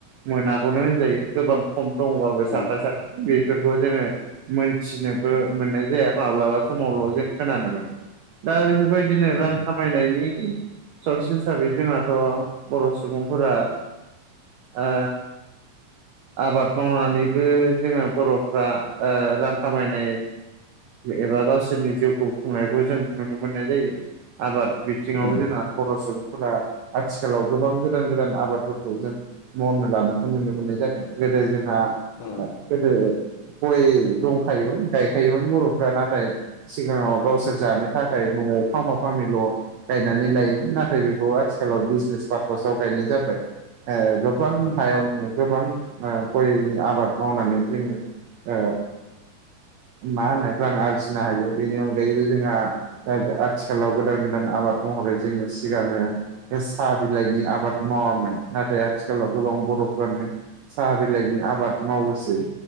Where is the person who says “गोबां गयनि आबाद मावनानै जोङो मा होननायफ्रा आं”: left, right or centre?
Right